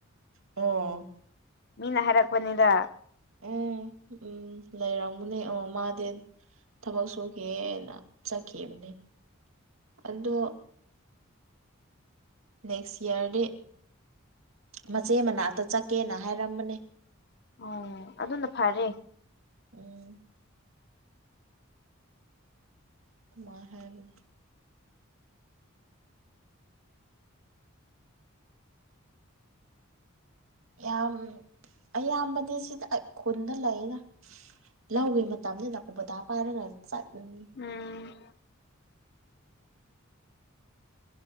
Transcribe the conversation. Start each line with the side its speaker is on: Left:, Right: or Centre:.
Right: ꯑꯣ
Left: ꯃꯤꯅ ꯍꯥꯏꯔꯛꯄꯅꯤꯗ
Right: ꯑꯣ ꯎꯝ ꯂꯩꯔꯝꯒꯅꯤ ꯑꯣ ꯃꯥꯗꯤ ꯊꯕꯛ ꯁꯨꯈꯤꯌꯦꯅ ꯆꯠꯈꯤꯕꯅꯦ ꯑꯗꯣ ꯅꯦꯛꯁ ꯏꯌꯥꯔꯗꯤ ꯃꯆꯦ ꯃꯅꯥꯛꯇ ꯆꯠꯀꯦꯅ ꯍꯥꯏꯔꯝꯕꯅꯦ
Left: ꯑꯣ ꯑꯗꯨꯅ ꯐꯔꯦ
Right: ꯎꯝ ꯑꯗꯨꯃꯥꯏ ꯍꯥꯏꯕꯅꯦ ꯌꯥꯝ ꯑꯌꯥꯝꯕꯗꯤ ꯁꯤꯗ ꯈꯨꯟꯗ ꯂꯩꯌꯦꯗ ꯂꯧꯒꯤ ꯃꯇꯝꯅꯤꯅ ꯀꯣꯕꯨꯇꯥ ꯄꯥꯏꯔꯒ ꯆꯠꯂꯤꯅꯤ
Left: ꯎꯝ